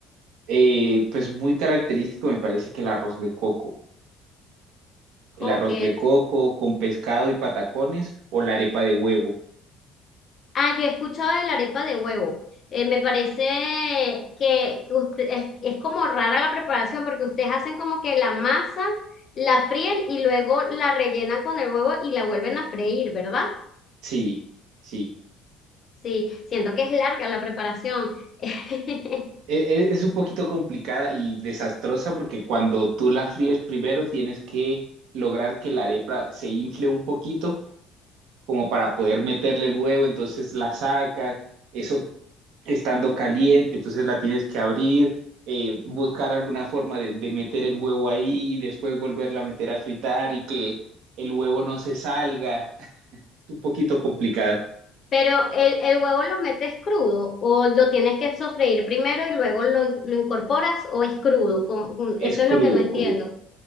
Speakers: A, on the right; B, on the left.
A: eh, pues muy característico me parece que el arroz de coco. el
B: Ok,
A: arroz de coco con pescado y patacones o la arepa de huevo.
B: Ah, yo he escuchado de la arepa de huevo. Eh, me parece que, que usted- es, es como rara la preparación porque ustedes hacen como que la masa, la fríen y luego la rellenan con el huevo y la vuelven a freír, ¿verdad?
A: Sí, sí.
B: Sí, siento que es larga la preparación. <laughs>
A: E- e- Es un poquito complicada y desastrosa porque cuando tú la fríes primero tienes que lograr que la arepa se infle un poquito como para poder meterle el huevo, entonces la sacas, eso estando caliente, entonces la tienes que abrir, eh, buscar alguna forma de, de meter el huevo ahí y después volverla a meter a fritar y que el huevo no se salga. <laughs> Es un poquito complicado.
B: Pero el, el huevo lo metes crudo o lo tienes que sofreír primero y luego lo, lo incorporas o es crudo. Como-
A: Es
B: eso
A: crudo,
B: es lo que no entiendo.
A: crudo,